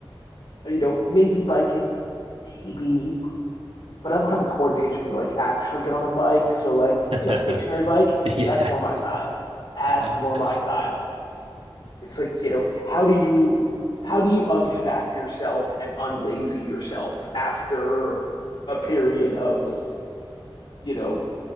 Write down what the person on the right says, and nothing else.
<laughs>
yeah.
<laughs>